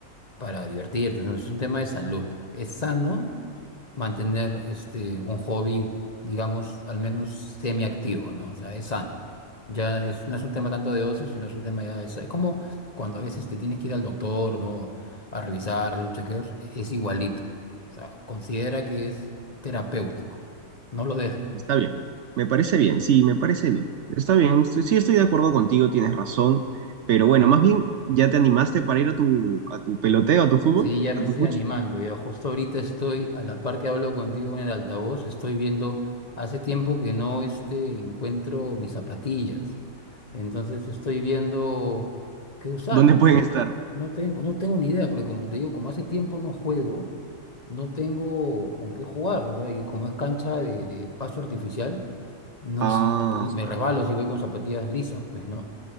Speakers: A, on the left (about 30°); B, on the right (about 65°).
A: para divertirte, no, es un tema de salud. Es sano mantener este, un hobby, digamos, al menos semiactivo, ¿no? O sea, es sano. Ya es, no es un tema tanto de ocio, sino es un tema ya de... sa- Es como cuando a veces te tienes que ir al doctor, ¿no? A revisar sus chequeos, es igualito. O sea, considera que es terapéutico. No lo dejes.
B: Está bien, me parece bien, sí, me parece bien. Está bien, estoy- sí estoy de acuerdo contigo, tienes razón, pero bueno, más bien, ¿ya te animaste para ir a tu, a tu peloteo, a tu fútbol,
A: Sí, ya me
B: a
A: estoy
B: tu fuchi?
A: animando. Ya justo ahorita estoy, a la par que hablo contigo en el altavoz, estoy viendo, hace tiempo que no este, encuentro mis zapatillas. Entonces estoy viendo qué usar,
B: ¿Dónde
A: porque
B: pueden estar?
A: no tengo, no tengo ni idea, porque como te digo, como hace tiempo no juego, no tengo con qué jugar. O sea, y como es cancha de, de paso artificial, no,
B: Ah,
A: s- me resbalo si voy con zapatillas lisas, pues, ¿no?